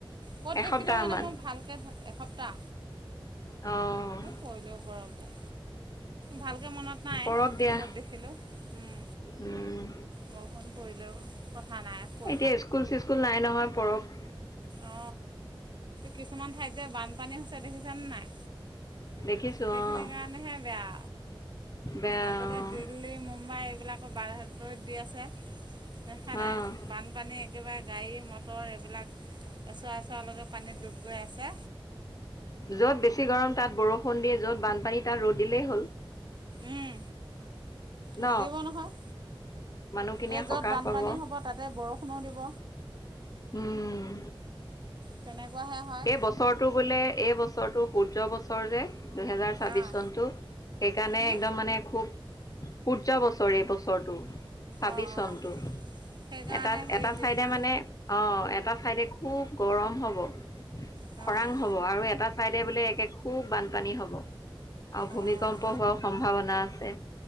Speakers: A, on the right; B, on the left.
A: ক'ত
B: এসপ্তাহ
A: দেখিলো মানে
B: মান
A: মই ভালকে এসপ্তাহ
B: অ',
A: পৰিলেও পৰক দিয়া ভাল কেও মনত নাই
B: পৰক দিয়া।
A: ক'ত দেখিলো। উম
B: উম,
A: বৰষুণ পৰিলেও কথা নাই পৰি
B: এতিয়া ইস্কুল-চিস্কুল নাই নহয় পৰক।
A: অ, কিছুমান ঠাইত যে বানপানী হৈছে দেখিছান নাই?
B: দেখিছো
A: সেইখিনি
B: অ',
A: কাৰণেহে বেয়া।
B: বেয়া
A: আগতে
B: অ',
A: দিল্লী, মুম্বাই এইবিলাকো বাতৰিত দি আছে। দেখা নাই
B: অ',
A: বানপানী একেবাৰে গাড়ী, মটৰ এইবিলাক এছোৱা এছোৱালৈকে পানীত ডুব গৈ আছে।
B: য'ত বেছি গৰম তাত বৰষুণ দি, য'ত বানপানী তাত ৰ'দ দিলেই হ'ল।
A: উম
B: ন?
A: নিদিব নহয়
B: মানুহখিনিয়ে
A: এই
B: সকাহ
A: য'ত বানপানী
B: পাব।
A: হ'ব তাতে বৰষুণো দিব।
B: উম,
A: তেনেকুৱাহে হয়
B: এই বছৰটো বোলে এই বছৰ বছৰটো সূৰ্য্য বছৰ যে দুহেজাৰ ছাব্বিশ
A: অঁ
B: চনটো সেইকাৰণে
A: কি
B: একদম মানে খুব সূৰ্য্য বছৰ এই বছৰটো। ছাব্বিছ
A: অঁ
B: চনটো
A: অঁ সেইকাৰণে
B: এটা
A: হেৰি
B: এটা
A: নেকি
B: চাইডে মানে অ, এটা চাইডে খুব গৰম হ'ব,
A: অ',
B: খৰাং হ'ব আৰু এটা চাইদে বোলে একে খুব বানপানী হব, আৰু ভূমিকম্প
A: অ'।
B: হোৱাও সম্ভাৱনা আছে।